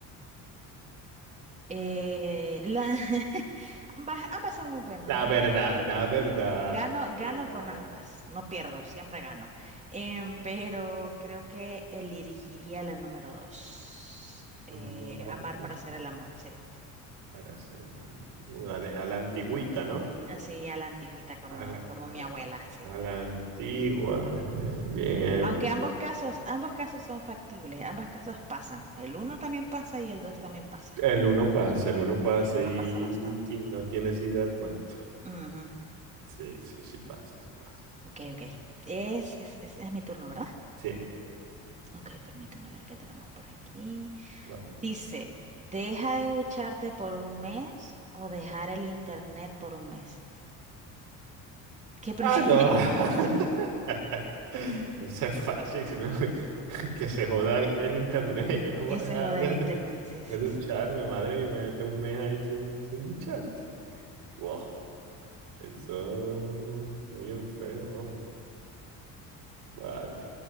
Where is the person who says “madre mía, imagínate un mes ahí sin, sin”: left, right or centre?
Right